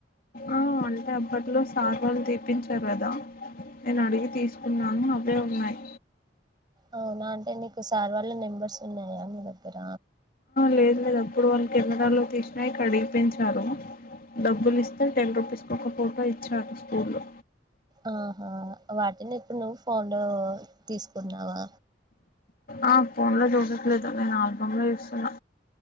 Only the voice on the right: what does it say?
అవునా అంటే నీకు సార్ వాళ్ళ నెంబర్స్ ఉన్నాయా మీ దగ్గర
ఆ హా వాటిని ఇప్పుడు నువ్వు ఫోన్లో తీసుకున్నావా